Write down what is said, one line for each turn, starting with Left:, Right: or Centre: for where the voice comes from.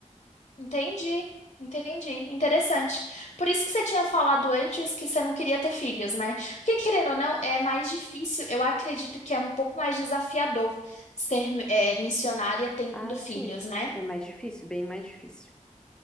Left: Entendi, entendi. Interessante. Por isso que você tinha falado antes que você não queria ter filhos, né? Porque, querendo ou não, é mais difícil. Eu acredito que é um pouco mais desafiador ser, eh, missionária tendo
Centre: Ah,
Left: filhos,
Centre: sim.
Left: né?
Centre: É mais difícil, bem mais difícil.